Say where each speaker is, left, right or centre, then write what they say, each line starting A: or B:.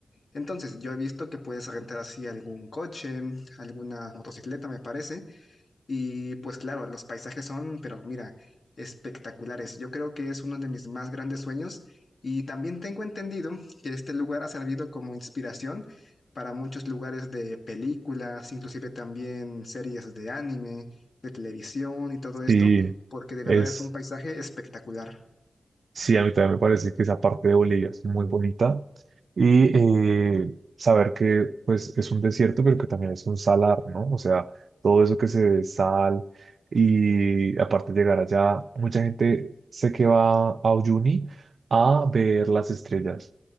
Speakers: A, on the left; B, on the right.
A: Entonces, yo he visto que puedes rentar así algún coche, alguna motocicleta, me parece, y pues claro, los paisajes son, pero mira, espectaculares. Yo creo que es uno de mis más grandes sueños y también tengo entendido que este lugar ha servido como inspiración para muchos lugares de películas, inclusive también series de anime, de televisión y todo esto,
B: sí,
A: porque de verdad
B: es,
A: es un paisaje espectacular.
B: Sí, a mí también me parece que esa parte de Bolivia es muy bonita y eh, saber que pues es un desierto, pero que también es un salar, ¿no? O sea, todo eso que se ve es sal y aparte llegar allá, mucha gente sé que va a Uyuni a ver las estrellas,